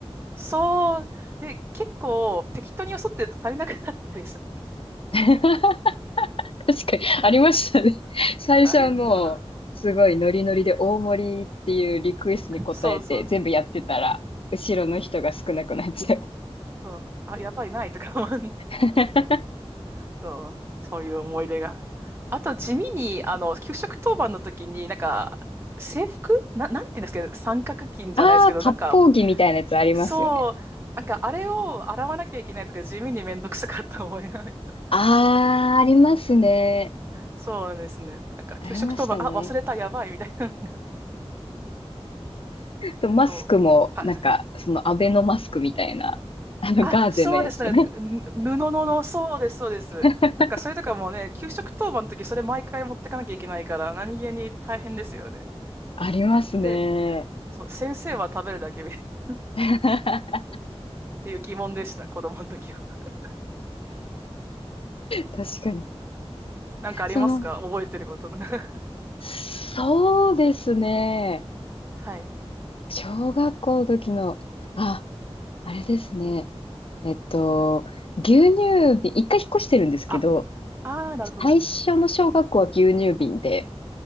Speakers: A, on the right; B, on the left.
A: そう、で、結構適当によそってると足りなくなったりす
B: <laughs> <laughs> 確かに、
A: る。
B: ありましたね。<laughs> 最初はもう、
A: あれの、<laughs>
B: すごいノリノリで大盛りっていうリクエストに応えて全部やってたら、
A: そうそう、
B: 後ろの人が少なくなっちゃう。
A: そう、あ、やばい、ないとか思う、
B: <laughs>
A: <laughs> そう、そういう思い出が。あと、地味に、あの、給食当番の時に、なんか、制服な、なんて言うんですけど、三角巾じゃないですけど、
B: ああ、割烹着みたいなやつありますよね。
A: なんか、そう、なんか、あれを洗わなきゃいけないとか、地味にめんどくさかった思いが、<laughs>
B: ああ、ありますね。
A: そうですね。なんか、給食当番、
B: ありましたね。
A: あ、忘れた、やばい、みたいなのが、
B: とマスクも、
A: そう、はい。
B: なんか、そのアベノマスクみたいな、あのガーゼのやつ。
A: あ、そうです。なんか、ぬ布のの、そうです、そうです。
B: <laughs>
A: なんか、それとかもうね、給食当番の時、それ毎回持ってかなきゃいけないから、何気に大変ですよね。
B: ありますね。
A: で、そう、先生は食べるだけみたいなっ
B: <laughs> 確
A: ていう疑問でした、子供の時は。<laughs>
B: かに。
A: なんかありますか覚えてること。
B: その、
A: <laughs>
B: そうですね。
A: はい。
B: 小学校の時の、あ、あれですね。えっと、
A: はい。
B: 牛乳瓶、一回引っ越してるんですけど、
A: あ、あー、なるほど。
B: 最初の小学校は牛乳瓶で、
A: はい。